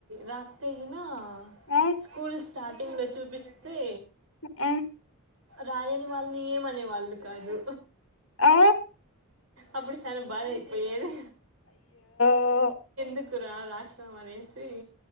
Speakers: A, on the right; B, on the left.
A: రాస్తేగిన
B: ఆ
A: స్కూల్స్ స్టార్టింగ్లో చూపిస్తే
B: ఉమ్
A: రాయని వాళ్ళని ఏమనేవాళ్ళు కాదు
B: ఆ
A: అప్పుడు సన బాధ అయిపోయేది
B: ఓహ్
A: ఎందుకురా రాసినం అనేసి